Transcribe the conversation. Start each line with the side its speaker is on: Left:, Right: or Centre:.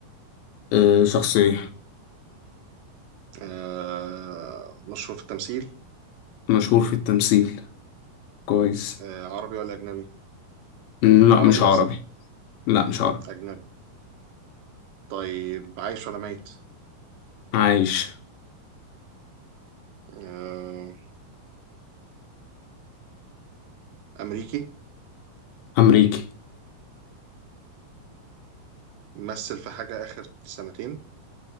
Left: آه، شخصية
Right: آه مشهور في التمثيل
Left: مشهور في التمثيل كويس
Right: آه عربي ولا اجنبي
Left: مم، لا
Right: عربي
Left: مش عربي
Right: اسف
Left: لا مش عربي
Right: اجنبي طيب عايش ولا ميت
Left: عايش
Right: آه امريكي
Left: أمريكي
Right: مثل في حاجه اخر سنتين